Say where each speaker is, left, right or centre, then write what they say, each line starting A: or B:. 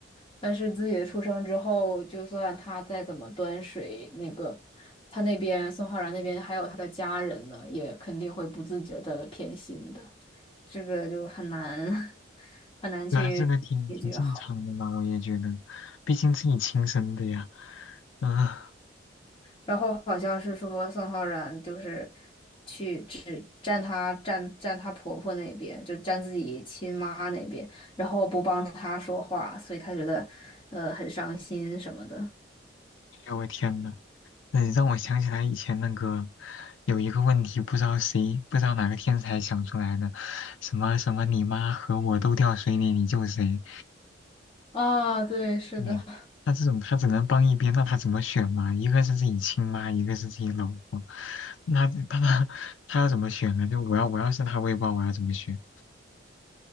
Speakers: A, on the left (about 30°); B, on the left (about 80°).
A: 但是自己的出生之后，就算他再怎么端水，那个他那边宋浩然那边还有他的家人呢，也肯定会不自觉的偏心的，这个就很难 <laughs> 很难去解决好。
B: 对啊，这个挺挺正常的嘛，我也觉得，毕竟自己亲生的呀。嗯，哎
A: 然后好像是说宋浩然就是去只站她站站她婆婆那边，就站自己亲妈那边，然后不帮她说话，所以她觉得呃很伤心什么的。
B: 呦我天呐，嗯让我想起来以前那个有一个问题，不知道谁，不知道哪个天才想出来的，什么什么你妈和我都掉水里，你救谁？
A: 啊，对，是的。
B: 对，那这种他只能帮一边，那他怎么选嘛？一个是自己亲妈，一个是自己老婆，那他他他要怎么选呢？就我要我要是他，我也不知道我要怎么选。